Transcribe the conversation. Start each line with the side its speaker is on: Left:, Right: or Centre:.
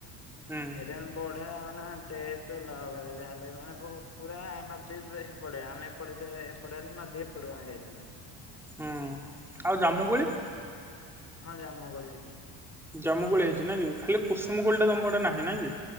Centre: ହୁଁ
Left: ହେଇଟା ଆମେ ବଢିଆ ନା ଟେଷ୍ଟ ଅଲଗା ପ୍ରକାର ଯାହା ହେଲେ ନା। ମାନେ ବହୁ ପୁରା ନଦୀ ଏ ହେପଟେ ଆମେ ଏପଟେ ଏପଟେ ହେଲେ ନଦୀ ଏପଟକୁ ଯାଇଥିଲୁ।
Centre: ହୁଁ ଆଉ ଜାମୁ କୋଳି।
Left: ହଁ ଜାମୁକୋଳି ହେଇଛି।
Centre: ଜାମୁ କୋଳି ହେଇଛି ନା କି ଖାଲି କୁସୁମକୋଳିଟା ତମ ପଟେ ନାହିଁ ନା କି?